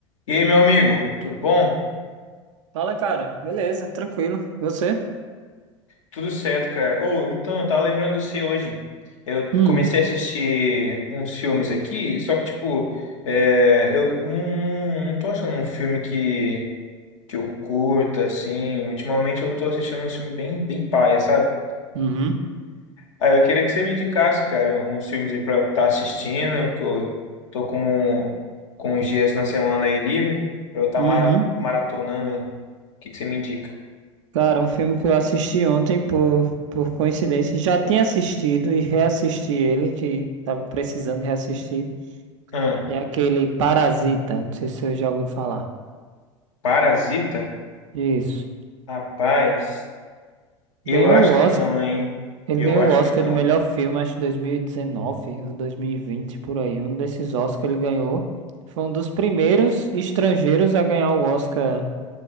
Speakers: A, on the left; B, on the right.
A: E aí, meu amigo, tudo bom?
B: Fala, cara. Beleza, tranquilo. Você?
A: Tudo certo, cara. Ou então, eu tava lembrando de você hoje. Eu
B: Hum,
A: comecei a assistir uns filmes aqui, só que, tipo, é, eu não, não, não tô achando um filme que, que eu curta, assim. Ultimamente eu tô assistindo um filme bem, bem paia, sabe?
B: uhum,
A: Aí eu queria que você me indicasse, cara, uns filmes aí pra eu estar assistindo, que eu tô com, com os dias na semana aí livre, pra eu estar
B: uhum.
A: mara, maratonando. O que que você me indica?
B: Cara, um filme que eu assisti ontem por, por coincidência, já tinha assistido e reassisti ele, que tava precisando reassistir.
A: Hã,
B: É aquele Parasita, não sei se eu já ouviu falar.
A: Parasita?
B: Isso.
A: Rapaz, eu
B: Ganhou
A: acho
B: o Oscar,
A: que não, hein?
B: ele
A: Eu
B: ganhou
A: acho
B: o Oscar
A: que não.
B: de melhor filme, acho que 2019 ou 2020 por aí. Um desses Oscars ele ganhou. Foi um dos primeiros estrangeiros a ganhar o Oscar,